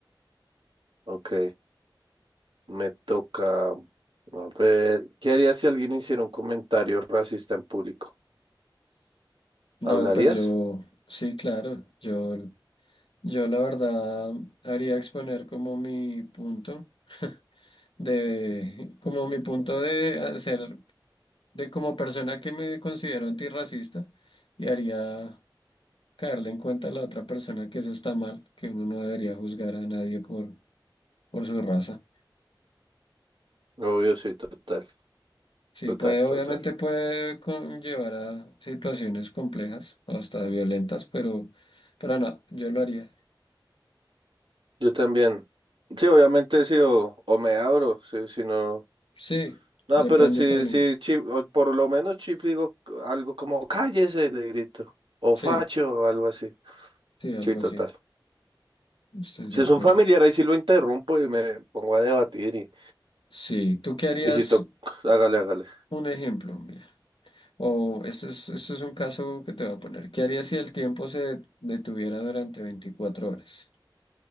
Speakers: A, on the right (about 85°); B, on the left (about 85°).
A: Ok, me toca. A ver, ¿qué harías si alguien hiciera un comentario racista en público?
B: No,
A: ¿Hablarías?
B: pues yo, sí, claro, yo, yo la verdad haría exponer como mi punto <laughs> de, como mi punto de hacer, de como persona que me considero antirracista y haría caerle en cuenta a la otra persona que eso está mal, que uno no debería juzgar a nadie por, por su raza.
A: Obvio, sí, total,
B: Sí,
A: total,
B: puede, obviamente
A: total.
B: puede conllevar a situaciones complejas o hasta violentas, pero, pero no, yo lo haría.
A: Yo también. Sí, obviamente sí, o, o me abro, sí, si no.
B: Sí,
A: No,
B: depende
A: pero sí,
B: también.
A: sí, Chip, o por lo menos Chip le digo algo como cállese, le grito, o
B: Sí,
A: facho, o algo así.
B: sí, algo
A: Sí, total.
B: así. Estoy
A: Si
B: de acuerdo.
A: es un familiar, ahí sí lo interrumpo y me pongo a debatir y,
B: Sí, ¿tú qué harías?
A: y si toca, hágale, hágale.
B: Un ejemplo, mira. O esto es, esto es un caso que te voy a poner. ¿Qué harías si el tiempo se detuviera durante 24 horas?